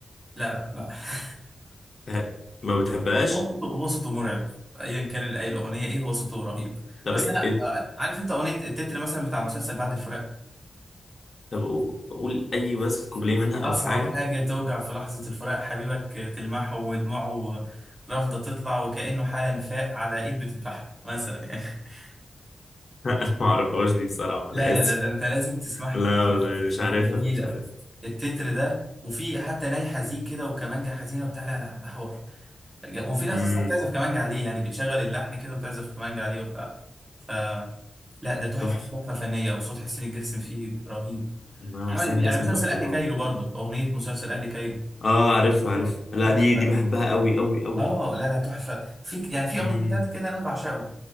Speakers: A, on the right (about 20°); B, on the left (about 45°).
A: لا لا <laughs>
B: بتح- ما بتحبهاش
A: هو صوته هو صوته مرعب ايا كان اي الاغنيه ايه هو صوته رهيب
B: طب
A: بس
B: كده
A: انا آه، عارف انت اغنيه التتر مثلا بتاع مسلسل بعد الفراق
B: طب قو- قول اي بس كوبليه منها او
A: أصعب
B: حاجة
A: حاجة توجع في لحظة الفراق حبيبك تلمحه ودموعه رافضة تطلع وكأنه حالا فاق على إيد بتذبحه مثلا يعني <laughs>
B: <laughs> لا انا ما اعرفهاش دي بصراحة
A: لا
B: انا
A: لا
B: اسف
A: لا ده أنت لازم تسمعها
B: <laughs> لا
A: دلوقتي
B: والله مش
A: دي
B: عارفها
A: دي جميلة
B: مش عارف
A: التتر ده وفي حتى ناي حزين كده وكمانجة حزينة وبتاع لا لا ده حوار وفي ناس
B: امم
A: أصلا بتعزف كمانجة عليه يعني بتشغل اللحن كده وبتعزف كمانجة عليه وبتاع ف لا ده تحفة
B: تحفة
A: تحفة فنية وصوت حسين الجسمي فيه رهيب
B: إمام
A: عمل
B: حسين جسمي
A: يعني مسلسل
B: تحفة
A: أهلي
B: طبعا
A: كايرو برضو أغنية مسلسل أهلي كايرو
B: اه عارفها عارفها لا
A: تحفة
B: دي دي بحبها قوي قوي قوي
A: اه لا لا تحفه في ك- يعني في
B: امم
A: اغنيتين تلاته كده انا بعشقهم